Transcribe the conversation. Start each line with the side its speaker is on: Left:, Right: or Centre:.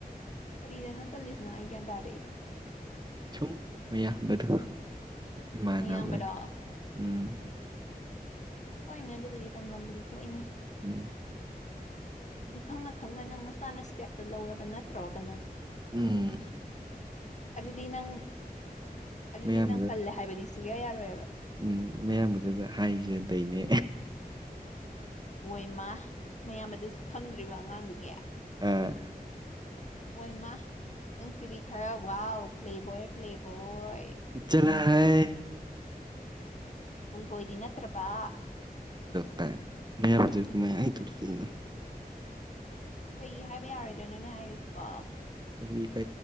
Left: ꯀꯔꯤꯗꯅ ꯇꯜꯂꯤ ꯁꯅꯥꯏ ꯀ ꯇꯗꯦ
Right: ꯁꯨꯝ ꯃꯌꯥꯝꯕꯗꯣ ꯏꯃꯥꯟꯅꯕ
Left: ꯃꯌꯥꯝꯕꯔꯣ
Right: ꯎꯝ
Left: ꯍꯣꯏꯅꯦ ꯑꯗꯨꯕꯨꯗꯤ ꯇꯥꯟꯐꯝꯕꯨꯗꯤ ꯊꯣꯛꯏꯅꯦ
Right: ꯎꯝ
Left: ꯑꯗꯨ ꯈꯪꯅ ꯈꯪꯅ ꯅꯪ ꯅ ꯆꯥꯅ ꯏꯁꯇꯦꯞꯇꯨ ꯂꯧꯔꯕ ꯅꯠꯇ꯭ꯔꯣꯕ ꯅꯪ
Right: ꯎꯝ
Left: ꯑꯗꯨꯗꯤ ꯅꯪ ꯑꯗꯨꯗꯤ
Right: ꯃꯌꯥꯝꯗ
Left: ꯅꯪ ꯇꯜꯂꯦ ꯍꯥꯏꯕꯗꯤ ꯁꯨꯌꯥ ꯌꯥꯔꯣꯏꯕ
Right: ꯎꯝ ꯃꯌꯥꯝꯕꯗꯨꯗ ꯍꯥꯏꯖꯅꯤ ꯑꯗꯩꯅꯦ
Left: ꯑꯣꯏꯃ ꯃꯌꯥꯝꯕ ꯑꯗꯨꯁꯨ ꯈꯪꯗ꯭ꯔꯤꯕ ꯑꯉꯥꯡꯗꯨꯒꯤ
Right: ꯎꯝ
Left: ꯍꯣꯏ ꯏꯃ ꯅꯪꯁꯤꯗꯤ ꯈꯔ ꯋꯥꯎ ꯄ꯭ꯂꯦꯕꯣꯏ ꯄ꯭ꯂꯦꯕꯣꯏ
Right: ꯆꯅ ꯍꯥꯏ
Left: ꯄꯨꯏ ꯄꯣꯏꯗꯤ ꯅꯠꯇ꯭ꯔꯄꯥ
Right: ꯇ ꯃꯌꯥꯝꯕꯨꯖ ꯃ ꯍꯥꯏ ꯇꯣꯔꯤꯒꯦꯩꯅ
Left: ꯀꯩ ꯍꯥꯏꯕ ꯌꯥꯔꯣꯏꯗꯣꯏꯅꯣꯅꯦ ꯍꯥꯏꯔꯤꯁꯤꯕꯣ
Right: ꯇ ꯅ ꯀ